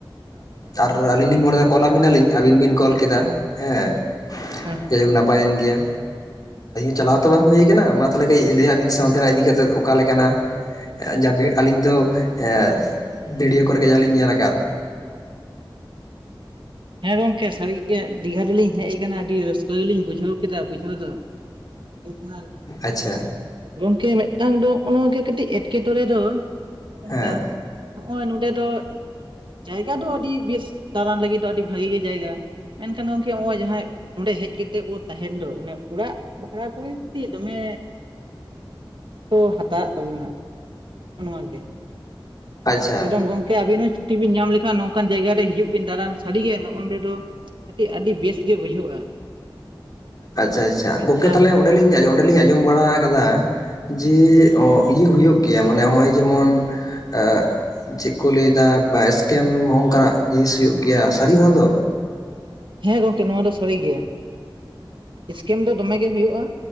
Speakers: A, on the left; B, on the right.
A: ᱟᱨ ᱟᱹᱞᱤᱧ ᱞᱤᱧ ᱢᱚᱱᱮᱫᱟ ᱠᱚᱞ ᱟᱹᱵᱤᱱᱟᱞᱤᱧ ᱟᱹᱵᱤᱱ ᱵᱤᱱ ᱠᱚᱞ ᱠᱮᱫᱟ ᱦᱮᱸ
B: ᱦᱩᱸ᱾
A: ᱡᱟᱭ ᱦᱳᱠ ᱱᱟᱯᱟᱭᱮᱱ ᱜᱮᱭᱟ᱾ ᱪᱟᱞᱟᱣ ᱛᱚ ᱵᱟᱝ ᱦᱳᱭᱠᱟᱱᱟ ᱢᱟ ᱛᱟᱦᱞᱮ ᱠᱟᱹᱡ ᱞᱟᱹᱭᱟᱜ ᱵᱤᱱ ᱥᱮ ᱚᱛᱮᱱᱟᱜ ᱤᱫᱤ ᱠᱟᱛᱮᱫ ᱚᱠᱟᱞᱮᱠᱟᱱᱟ? ᱡᱟᱯᱤᱫ ᱟᱹᱞᱤᱧ ᱫᱚ ᱮᱸᱜ ᱵᱷᱤᱰᱭᱳ ᱠᱚᱨᱮᱜ ᱡᱟᱞᱤᱧ ᱧᱮᱞ ᱠᱟᱫ᱾
B: ᱦᱮᱸ ᱜᱚᱝᱠᱮ ᱥᱟᱹᱨᱤᱜᱮ ᱫᱤᱜᱷᱟ ᱨᱮᱞᱤᱧ ᱦᱮᱡ ᱠᱟᱱᱟ ᱟᱹᱰᱤ ᱨᱟᱹᱥᱠᱟᱹ ᱜᱮᱞᱤᱧ ᱵᱩᱡᱷᱟᱹᱣ ᱠᱮᱫᱟ ᱵᱩᱡᱷᱟᱹᱣ ᱫᱚ, ᱤᱛᱷᱱᱟᱠ
A: ᱟᱪᱷᱟ᱾
B: ᱜᱚᱝᱠᱮ ᱢᱮᱫᱴᱟᱝ ᱫᱚ ᱚᱱᱟᱜᱮ ᱠᱟᱹᱴᱤᱡ ᱮᱸᱴᱠᱮᱴᱚᱚᱲᱮ ᱫᱚ ᱚᱝᱠᱟ
A: ᱦᱮᱸ
B: ᱱᱚᱜᱼᱚᱭ ᱱᱚᱰᱮ ᱫᱚ ᱡᱟᱭᱜᱟ ᱫᱚ ᱟᱹᱰᱤ ᱵᱮᱥ ᱫᱟᱬᱟᱱ ᱞᱟᱹᱜᱤᱫ ᱫᱚ ᱟᱹᱰᱤ ᱵᱷᱟᱜᱤ ᱜᱮ ᱡᱟᱭᱜᱟ, ᱢᱮᱱᱠᱷᱟᱱ ᱜᱚᱝᱠᱮ ᱱᱚᱜᱼᱚᱭ ᱡᱟᱦᱟᱸᱭ ᱚᱸᱰᱮ ᱦᱮᱡ ᱠᱟᱛᱮᱫ ᱵᱚ ᱛᱟᱦᱮᱸᱱ ᱫᱚ ᱚᱱᱮ ᱚᱲᱟᱜ ᱵᱷᱟᱲᱟ ᱠᱚᱜᱮ ᱡᱩᱫᱤ ᱫᱚᱢᱮ ᱠᱚ ᱦᱟᱛᱟᱣᱮᱜ ᱛᱟᱵᱚᱱᱟ᱾ ᱦᱩᱸ ᱜᱚᱢᱠᱮ᱾
A: ᱟᱪᱪᱷᱟ
B: ᱮᱠᱫᱚᱢ ᱜᱚᱝᱠᱮ ᱟᱹᱵᱤᱱ ᱦᱚᱸ ᱪᱷᱩᱴᱤ ᱵᱤᱱ ᱧᱟᱢ ᱞᱮᱠᱷᱟᱱ ᱱᱚᱝᱠᱟᱱ ᱡᱟᱭᱜᱟ ᱨᱮ ᱦᱤᱡᱩᱜ ᱵᱤᱱ ᱫᱟᱬᱟᱱ ᱥᱟᱹᱰᱤᱜᱮ ᱱᱚᱜᱼᱚ ᱰᱮ ᱫᱚ ᱠᱟᱹᱴᱤᱡ ᱟᱹᱰᱤ ᱵᱮᱥ ᱜᱮ ᱵᱩᱡᱷᱟᱹᱜᱼᱟ᱾
A: ᱟᱪᱪᱷᱟ ᱟᱪᱪᱷᱟ
B: ᱢᱤᱫᱴᱟᱝ
A: ᱜᱚᱝᱠᱮ ᱛᱟᱦᱞᱮ ᱚᱸᱰᱮᱞᱤᱧ ᱟᱸᱡᱚ ᱚᱸᱰᱮᱞᱤᱧ ᱟᱸᱡᱚᱢ ᱵᱟᱲᱟ ᱠᱟᱫᱟ ᱡᱮ ᱚ ᱤᱭᱟᱹ ᱦᱩᱭᱳᱜ ᱜᱮᱭᱟ, ᱢᱟᱱᱮ ᱱᱚᱜᱼᱚᱭ ᱡᱮᱢᱚᱱ ᱮᱸᱜ ᱪᱮᱫ ᱠᱚ ᱞᱟᱹᱭᱫᱟ ᱵᱟ ᱮᱥᱠᱮᱢ ᱦᱚᱸ ᱚᱝᱠᱟᱱᱟᱜ ᱡᱤᱱᱤᱥ ᱦᱳᱭᱳᱜ ᱜᱮᱭᱟ ᱥᱟᱹᱨᱤ ᱚᱱᱟ ᱫᱚ?
B: ᱦᱮᱸ ᱜᱚᱝᱠᱮ ᱱᱚᱣᱟ ᱫᱚ ᱥᱟᱹᱨᱤ ᱜᱮ᱾ ᱮᱥᱠᱮᱢ ᱫᱚ ᱫᱚᱢᱮ ᱜᱮ ᱦᱳᱭᱳᱜᱼᱟ,